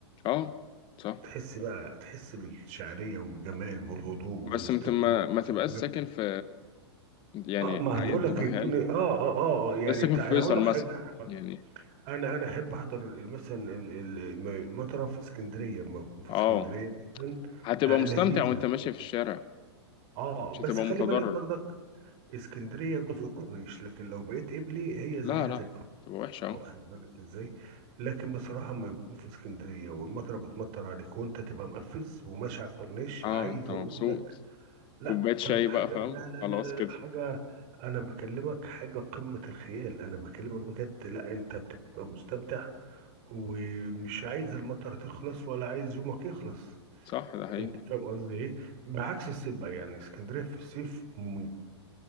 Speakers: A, on the left; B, on the right.
A: أه صح
B: تحس بقى تحس بالشعريه والجمال والهدوء والاسترخاء
A: بس أنت ما, ما
B: واخد
A: تبقاش
B: بالك؟
A: ساكن في يعني
B: اه ما
A: أيا
B: بقول لك
A: تبقى
B: يكون
A: حال
B: اه اه اه آه، يعني
A: بس ساكن
B: تع-
A: في فيصل
B: هقول لك
A: مثلا
B: حاجه
A: يعني
B: انا انا احب احضر مثلا ال- ال- م- المطره في اسكندريه لما بكون في
A: أه
B: اسكندريه مثلا
A: هتبقى
B: آه
A: مستمتع
B: لذيذه
A: وأنت ماشي في الشارع
B: اه
A: مش
B: بس
A: هتبقى
B: خلي
A: متضرر
B: بالك برضك اسكندريه جزء الكورنيش لكن لو بقيت قبلي هي
A: لا
B: زيها
A: لا
B: زي الكورنيش
A: تبقى وحشة أه
B: واخد بالك ازاي لكن بصراحه لما بكون في اسكندريه والمطره بتمطر عليك وانت تبقى مقفز وماشي على الكورنيش
A: أه
B: عايز
A: أنت
B: اقول
A: مبسوط
B: لك لا
A: كوباية شاي
B: قمه حاجه
A: بقى فاهم
B: لا لا لا
A: خلاص
B: لا,
A: كده
B: لا حاجه انا بكلمك حاجه قمه الخيال انا بكلمك بجد لا انت بتبقى مستمتع ومش عايز المطر تخلص ولا عايز يومك يخلص
A: صح ده حقيقي
B: انت فاهم قصدي ايه بعكس الصيف بقى يعني اسكندريه في الصيف مميت